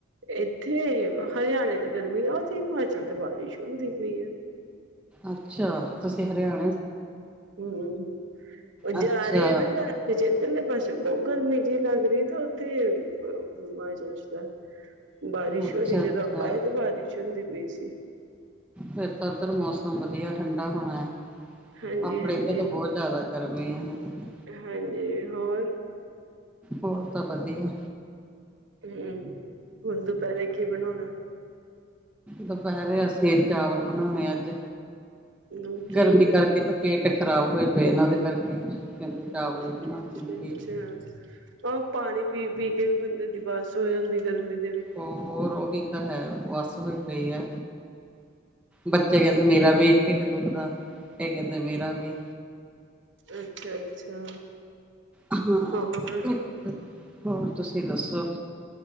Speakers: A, on the right (about 60°); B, in the centre.
A: ਇੱਥੇ ਹਰਿਆਣੇ ਤੇ ਗਰਮੀ ਆ ਉਥੇ ਹਿਮਾਚਲ ਤੇ ਬਾਰਿਸ਼ ਹੁੰਦੀ ਪਈ ਆ
B: ਅੱਛਾ ਤੁਸੀਂ ਹਰਿਆਣਾ
A: ਹ ਹਮ ਉਹ
B: ਅੱਛਾ
A: ਜਾ ਰਹੇ ਆ ਨਾ ਸਾ ਤੇ ਜੇਤਲੇ ਪਾਸੇ ਬਹੁਤ ਗਰਮੀ ਜਹੀ ਲੱਗਦੀ ਤੇ ੳਥੈ ਥੇ ਹਿਮਾ੍ਚਲ ਐ ਬਾਰਿਸ਼
B: ਅੱਛਾ
A: ਹੋ ਰਹੀ
B: ਅੱਛਾ
A: ਜਦੋਂ ਆਪਾਂ ਆਏ ਤਾਂ ਬਾਰਿਸ਼ ਹੁੰਦੀ ਪਈ ਸੀ
B: ਫਿਰ ਤਾਂ ਉਧਰ ਮੌਸਮ ਵਧੀਆ ਠੰਢਾ ਹੋਣਾ ਆ
A: ਹਾਂਜੀ,
B: ਆਪਣੇ
A: ਹਾਂਜੀ,
B: ਇਥੇ ਤਾਂ
A: ਹਾਂਜੀ।
B: ਬਹੁਤ ਜ਼ਿਆਦਾ ਗਰਮੀ ਆ ਹੈਗੀ
A: ਹਾਂਜੀ ਹੋਰ
B: ਹੋਰ ਸਭ ਵਧੀਆ
A: ਤੇ ਹੁਣ ਦੁਪਹਿਰੇ ਕੀ ਬਣਾਉਣਾ
B: ਦੁਪਹਿਰੇ ਅਸੀਂ ਚਾਵਲ ਬਣਾਉਣੇ ਅੱਜ
A: ਨਮਕੀਨ
B: ਗਰਮੀ ਕਰਕੇ ਪੇਟ ਖਰਾਬ ਹੋਏ ਪਏ ਇਹ ਉਹਦੇ ਕਰਕੇ ਕਹਿੰਦੇ ਚਾਵਲ ਹੀ
A: ਠੀਕ
B: ਬਣਾ ਲੈਣੇ
A: ਠੀਕ ਅੱਛਾ ਔ ਪਾਣੀ ਪੀ ਪੀ ਕੇ ਵੀ ਬੰਦੇ ਦੀ ਬੱਸ ਹੋ ਜਾਂਦੀ ਗਰਮੀ ਦੀ
B: ਹੋਰ ਉਹੀ ਤਾਂ ਹੈ ਬੱਸ ਹੋਈ ਪਈ ਹੈ ਬੱਚੇ ਕਹਿੰਦੇ ਮੇਰਾ ਵੀ ਢਿੱਡ ਦੁੱਖਦਾ ਇਹ ਕਹਿੰਦੇ ਮੇਰਾ ਵੀ
A: ਅੱਛਾ ਅੱਛਾ
B: ਹਾਂ
A: ਹੋਰ
B: ਹੋਰ ਤੁਸੀਂ ਦੱਸੋ